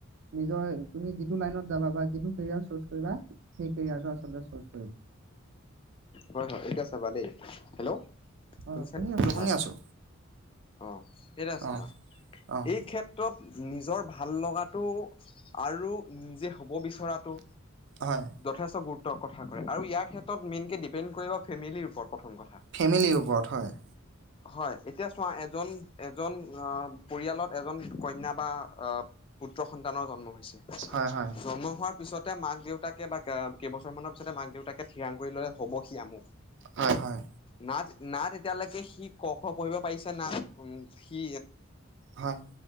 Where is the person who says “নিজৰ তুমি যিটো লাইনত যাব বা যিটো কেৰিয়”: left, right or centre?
Right